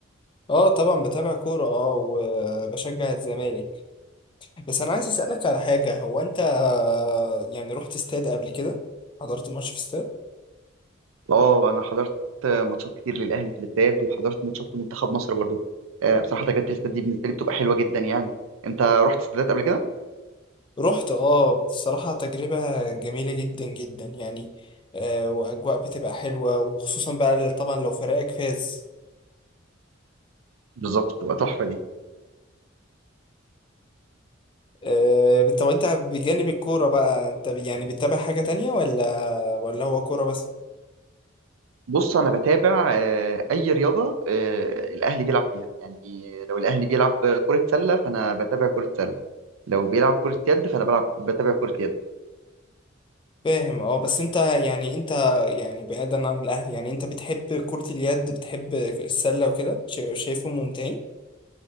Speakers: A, on the left; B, on the right.
A: اه طبعا بتابع كورة اه وبشجع الزمالك بس انا عايز اسالك على حاجه هو انت آه، يعني رحت استاد قبل كده حضرت ماتش في استاد
B: اه انا حضرت ماتشات كتير للاهلي في الاستاد وحضرت ماتشات لمنتخب مصر برضو آه، بصراحه تجربه الاستاد دي بالنسبه لي بتبقى حلوه جدا يعني انت رحت استادات قبل كده
A: رحت اه بصراحه تجربه جميله جدا جدا يعني آه واجواء بتبقى حلوه وخصوصا بقى طبعا لو فريقك فاز
B: بالظبط بتبقى تحفه دي
A: آه طب انت بجانب الكوره بقى انت يعني بتتابع حاجه تانية ولا ولا هو كوره بس
B: بص انا بتابع آه، اي رياضه آه، الاهلي بيلعب فيها يعني لو الاهلي بيلعب كره سله فانا بتابع كره سله لو بيلعب كره يد فانا بلعب بتابع كره يد
A: فاهم اه بس انت يعني انت يعني بعيدا عن الاهل يعني انت بتحب كرة اليد بتحب السلة وكده شا- شايفهم ممتعين